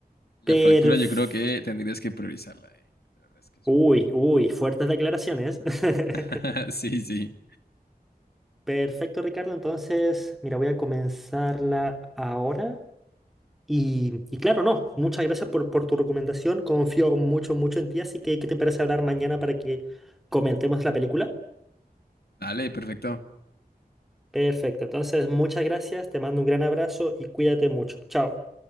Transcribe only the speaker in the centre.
Perf-
Uy,
uy, fuertes declaraciones.
<laughs>
Perfecto, Ricardo. Entonces, mira, voy a comenzarla ahora. Y, y claro, no, muchas gracias por, por tu recomendación. Confío mucho, mucho en ti. Así que, ¿qué te parece hablar mañana para que comentemos la película?
Perfecto. Entonces, muchas gracias. Te mando un gran abrazo y cuídate mucho. Chao.